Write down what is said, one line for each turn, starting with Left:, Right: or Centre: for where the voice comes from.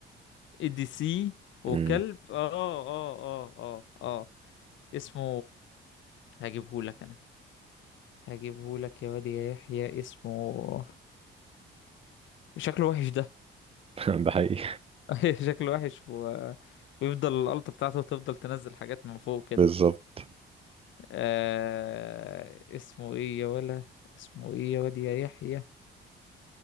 Left: اي دي سي وكلب
Right: مم.
Left: اه اه اه اه اه اسمه هجيبهولك انا هجيبهولك يا واد يا يحيى اسمه شكله وحش ده
Right: <laughs> ده حقيقي
Left: <laughs> شكله وحش و... ويفضل الألت بتاعته تفضل تنزل حاجات من فوق كده
Right: بالظبط
Left: آه... اسمه ايه يا ولا اسمه ايه يا واد يا يحيى